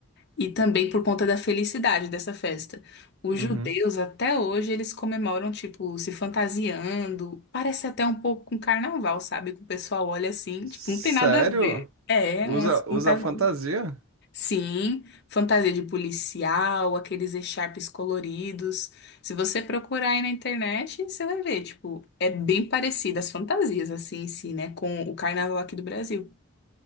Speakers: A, on the left; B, on the right.
A: E também por conta da felicidade dessa festa. Os
B: Uhum.
A: judeus, até hoje, eles comemoram, tipo, se fantasiando. Parece até um pouco com carnaval, sabe? Que o pessoal olha assim,
B: Sério?
A: tipo, não tem nada a ver. É,
B: Usa,
A: uma fantasia.
B: usa fantasia?
A: Sim, fantasia de policial, aqueles echarpes coloridos. Se você procurar aí na internet, você vai ver, tipo, é bem parecida as fantasias, assim, em si, né? Com o carnaval
B: Que
A: aqui do Brasil.